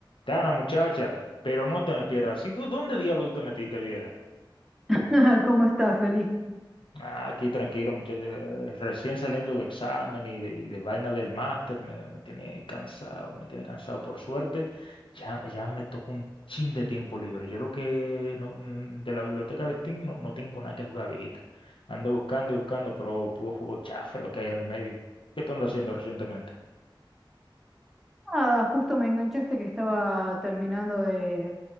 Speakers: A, on the left; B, in the centre.
A: Gana muchacha, pero no te me pierdas. ¿Y tú dónde diablo tú te metiste, vieja?
B: <laughs> ¿Cómo estás, feliz?
A: Ah, aquí tranquilo, muchacha. eh, Recién saliendo del examen y de, y de vaina del máster, me, me tiene cansado, me tiene cansado. Por suerte, ya, ya me tocó un chin de tiempo libre. Yo lo que no, mm, de la biblioteca de Steam no, no tengo nada que jugar, viejita. Ando buscando y buscando, pero puro juego chafe, lo que hay en el medio. ¿Qué tú andas haciendo recientemente?
B: Nada, justo me enganchaste que estaba terminando de